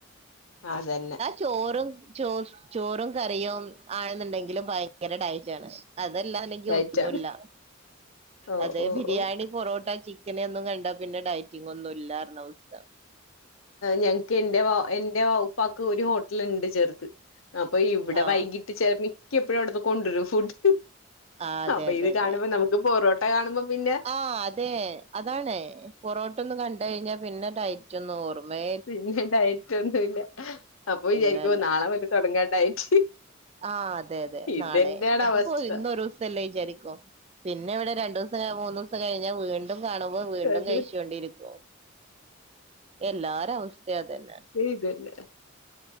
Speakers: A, on the left (about 85°); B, on the right (about 30°).
A: അതന്നെ
B: ചോറും ചോ ചോറും കറിയും ആണെന്നുണ്ടെങ്കിലും ഭയങ്കര ഡയറ്റ് ആണ് അതല്ലാ അല്ലെങ്കി
A: ഡയറ്റാണ്
B: ഒന്നുമില്ല
A: ഓഹ്
B: അതെ
A: ഓഹ്
B: ബിരിയാണി
A: ഓഹ്
B: പൊറോട്ട ചിക്കൻ ഒന്നും കണ്ടാ പിന്നെ ഡയറ്റിങ് ഒന്നും ഇല്ലാരുന്ന അവസ്ഥ
A: ഞങ്ങക്ക് എന്റെ വ എന്റെ ഉപ്പക്ക് ഒരു ഹോട്ടലുണ്ട് ചെറുത് അപ്പൊ ഇവിടെ
B: ആഹ്
A: വൈകിട്ട് ചിലമിക്ക എപ്പഴും അവിടുന്ന് കൊണ്ടുവരും ഫുഡ്
B: ആഹ് അതെ
A: അപ്പൊ
B: അതെ
A: ഇത്
B: അതെ
A: കാണുമ്പോ നമുക്ക് പൊറോട്ട കാണുമ്പോ പിന്നെ
B: ആഹ് അതെ അതാണ് പൊറോട്ടൊന്ന് കണ്ട് കഴിഞ്ഞാൽ പിന്നെ ഡയറ്റിനിച്ചോന്നും ഓർമ്മേ
A: പിന്നെ ഡയറ്റ് ഒന്നുംല്ല അപ്പൊ വിചാരിക്കുമുവ
B: ഇല്ല ഇല്ല
A: നാളെ മുതൽ തുടങ്ങാൻ ഡയറ്റ്
B: ആഹ് അതെ അതെ
A: ഇതന്നെയാണ്
B: നാളെ എതിപ്പോ
A: അവസ്ഥ
B: ഇന്നരു ദിവസംല്ലേ വിചാരിക്കോ പിന്നെ ഇവിടെ രണ്ടു ദിവസം മൂന്നു ദിവസം കഴിഞ്ഞാൽ വീണ്ടും കാണുമ്പോൾ വീണ്ടും
A: അത്
B: കഴിച്ചോണ്ടിരിക്കും എല്ലാരവസ്ഥിഅതന്നെ
A: ചെയതല്ല <unintelligible>